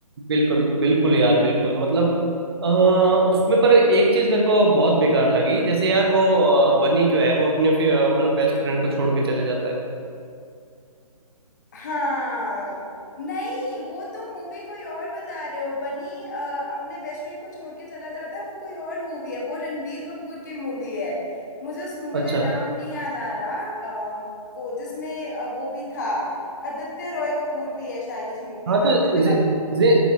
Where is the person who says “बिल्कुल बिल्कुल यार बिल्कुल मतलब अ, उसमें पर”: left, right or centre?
Right